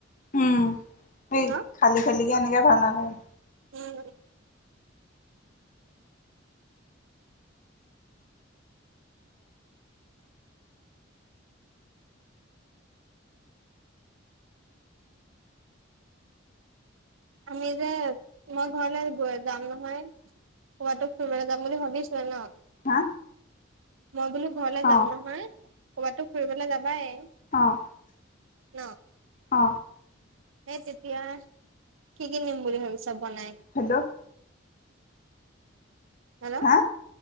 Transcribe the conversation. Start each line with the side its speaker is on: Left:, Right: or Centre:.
Left: উম এই
Right: ন
Left: খালি খালিকে এনেকে ভাল নালাগে
Right: উম আমি যে মই ঘৰলে গৈ যাম নহয় সৌৱাতো ফুৰিবলে যাম বুলি ভাবিছোৱে ন
Left: হা
Right: মই বোলো ঘৰলে যাম
Left: অ
Right: নহয় কবাততো ফুৰিবলে যাবাই
Left: অঁ
Right: ন
Left: অ
Right: সেই তেতিয়া কি কি নিম বুলি ভাবিছা বনাই
Left: হেল্ল'
Right: হেল্ল',
Left: হা